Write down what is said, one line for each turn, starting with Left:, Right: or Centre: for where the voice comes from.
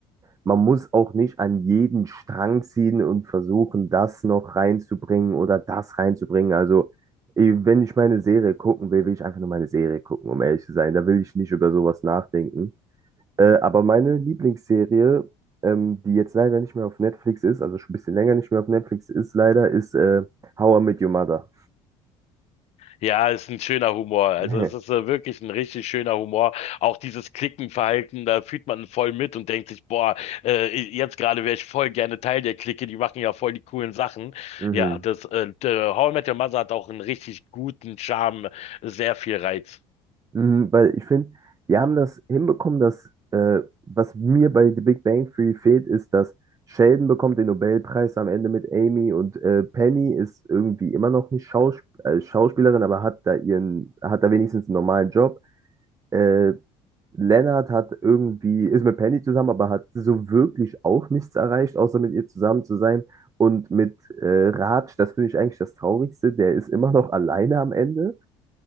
Right: man muss auch nicht an jeden Strang ziehen und versuchen, das noch reinzubringen oder das reinzubringen. Also, eh, wenn ich meine Serie gucken will, will ich einfach nur meine Serie gucken, um ehrlich zu sein. Da will ich nicht über sowas nachdenken. Äh, aber meine Lieblingsserie, ähm, die jetzt leider nicht mehr auf Netflix ist, also schon ein bisschen länger nicht mehr auf Netflix ist, leider, ist äh, How I Met Your Mother.
Left: Ja, ist ein schöner Humor. Also
Right: <laughs>
Left: es ist äh, wirklich ein richtig schöner Humor. Auch dieses Klickenverhalten, da fühlt man voll mit und denkt sich, boah, äh, jetzt gerade wäre ich voll gerne Teil der Clique, die machen ja voll die coolen Sachen.
Right: Mhm.
Left: Ja, das äh, der How I Met Your Mother hat auch einen richtig guten Charme, sehr viel Reiz.
Right: Mhm, weil ich finde, die haben das hinbekommen, dass äh, was mir bei The Big Bang Theory fehlt, ist, dass Sheldon bekommt den Nobelpreis am Ende mit Amy und äh, Penny ist irgendwie immer noch nicht Schaus äh, Schauspielerin, aber hat da ihren, hat da wenigstens einen normalen Job. Äh, Leonard hat irgendwie, ist mit Penny zusammen, aber hat so wirklich auch nichts erreicht, außer mit ihr zusammen zu sein. Und mit äh, Raj, das finde ich eigentlich das Traurigste, der ist immer noch alleine am Ende.